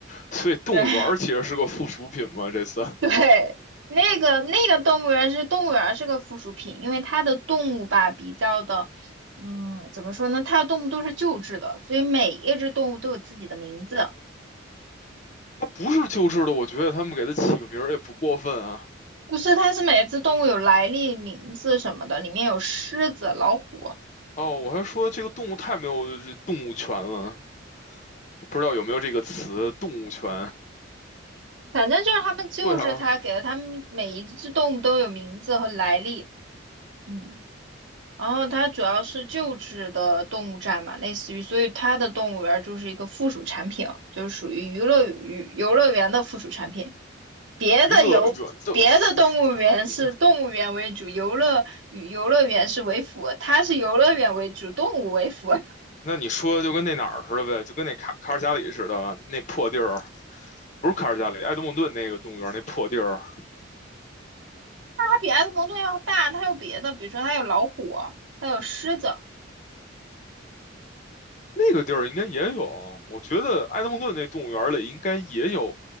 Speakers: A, on the left; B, on the right.
A: 所以动物园其实是个附属品嘛。
B: 对
A: 这次
B: <laughs> 对，那个那个动物园是动物园儿是个附属品，因为它的动物吧比较的，嗯，怎么说呢？它的动物都是救治的，所以每一只动物都有自己的名字。
A: 它不是救治的，我觉得他们给它起个名儿也不过分啊。
B: 不是，它是每只动物有来历、名字什么的，里面有狮子、老虎，
A: 哦，我还说这个动物太没有动物权了，我不知道有没有这个词“动物权”。
B: 反正就是他们救治它，
A: <laughs> 对啊，
B: 给了它们每一只动物都有名字和来历。嗯，然后它主要是救治的动物站嘛，类似于，所以它的动物园就是一个附属产品，就是属于娱乐娱游乐园的附属产品。别的游别的动物园是动物园为主，
A: 娱乐园的附属产品。
B: 游乐与游乐园是为辅，它是游乐园为主，动物为辅。<laughs>
A: 那你说就跟那哪儿似的呗，就跟那卡卡尔加里似的，那破地儿不是卡尔加里，埃德蒙顿那个动物园那破地儿，
B: 比埃德蒙顿要大，它有别的，比如说它有老虎，它有狮子，
A: 那个地儿应该也有。我觉得埃德蒙顿那动物园里应该也有